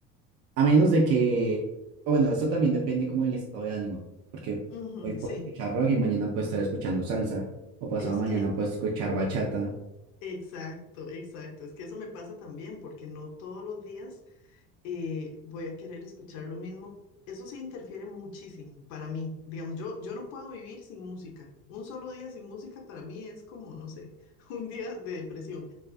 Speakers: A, on the right; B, on the left.
A: A menos de que, o bueno, eso también depende como del estado de ánimo. Porque
B: Ujú,
A: hoy puedo
B: sí,
A: escuchar rock y mañana puedo estar escuchando salsa. O pasado
B: es
A: mañana
B: que,
A: puedo escuchar bachata.
B: exacto, exacto. Es que eso me pasa también porque no todos los días eh, voy a querer escuchar lo mismo. Eso sí interfiere muchísimo para mí. Digamos, yo, yo no puedo vivir sin música. Un solo día sin música para mí es como, no sé, <laughs> un día de depresión.